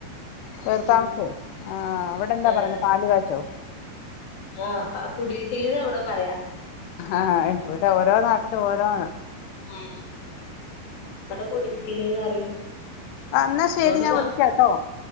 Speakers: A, on the left (about 60°); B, on the left (about 80°).
A: അത്
B: കേർത്താമാസോ
A: ശരി
B: ആ അവിടെ എന്താ
A: ആഹ്
B: പറയുന്നെ പാലുകാച്ചോ
A: ആഹ് കുടിർക്കല്ന്നാ ഇവിടെ പറയാ
B: ആ ഇവിടെ ഓരോ നാട്ടിലും ഓരോന്നാ
A: മ് ഇവിടെ കുടിർക്കല് അറിയും <inaudible>
B: ആ എന്നാ
A: ന്നോണ്ട്
B: ശരി ഞാൻ
A: പാ
B: വിളിക്കാട്ടോ